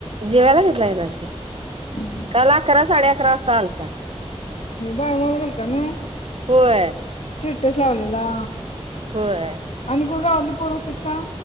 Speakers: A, on the right; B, on the left.
A: जेवायला घेतला <unintelligible>
B: हम्म
A: काल अकरा साडे अकरा वाजता आलता.
B: बायगाव गेलता न,
A: होय.
B: स्टेटस लावलेला
A: होय.
B: आणि कोण गावातली पोर होतीत का?